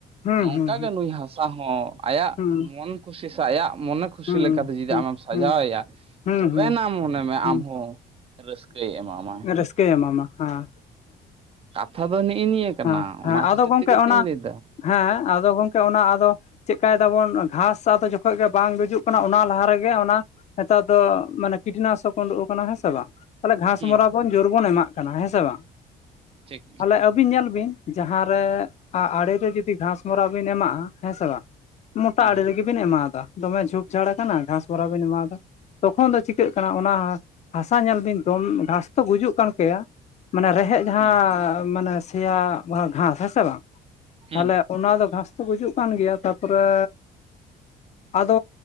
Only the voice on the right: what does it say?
ᱱᱚᱝᱠᱟᱜ
ᱜᱮ ᱱᱩᱭ ᱦᱟᱥᱟ ᱦᱚᱸ ᱟᱭᱟᱜ
ᱢᱚᱱ ᱠᱷᱩᱥᱤ ᱥᱮ ᱟᱭᱟᱜ ᱢᱚᱱᱮ ᱠᱩᱥᱤ
ᱞᱮᱠᱟᱛᱮ ᱡᱩᱫᱤ
ᱟᱢᱮᱢ ᱥᱟᱡᱟᱣᱮᱭᱟ
ᱛᱚᱵᱮᱱᱟᱜ
ᱢᱚᱱᱮ ᱢᱮ
ᱟᱢ ᱦᱚᱸ ᱨᱟᱹᱥᱠᱟᱹᱭ ᱮᱢᱟᱢᱟᱭ
ᱠᱟᱛᱷᱟ ᱫᱚ ᱱᱮᱜᱼ ᱱᱤᱭᱟᱹ ᱠᱟᱱᱟ
ᱚᱱᱟ
ᱠᱷᱟᱹᱛᱤᱨ
ᱛᱮᱜᱮ
ᱛᱚᱧ ᱞᱟᱹᱭᱫᱟ
ᱦᱩᱸ
ᱴᱷᱤᱠ
ᱦᱩᱸ
ᱦᱩᱸ
ᱦᱩᱸ